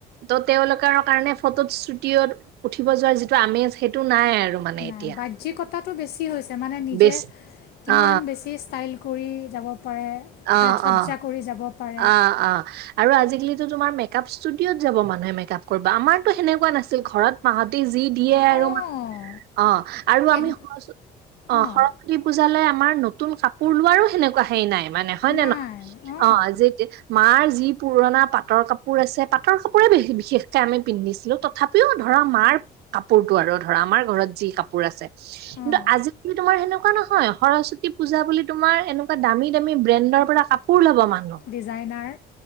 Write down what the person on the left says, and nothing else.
নাই
বাহ্যিকতাটো বেছি হৈছে মানে নিজে
কিমান
বেছি ষ্টাইল- কৰি যাব। পাৰে
সাজ সজ্জা
কৰি যাব পাৰে
অঁ
এক
অঁ
নাই
অহ
অঁ
ডিজাইনাৰ